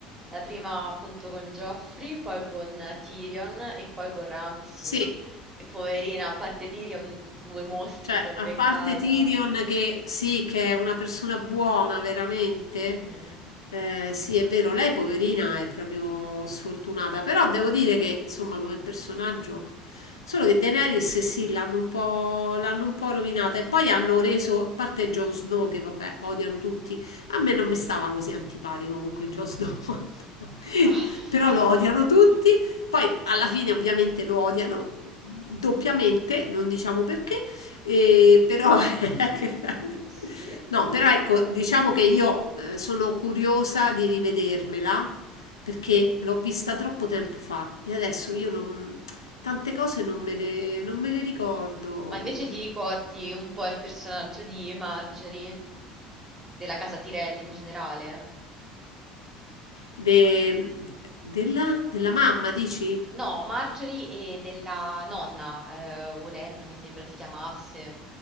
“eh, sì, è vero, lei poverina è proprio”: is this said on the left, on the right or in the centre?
Left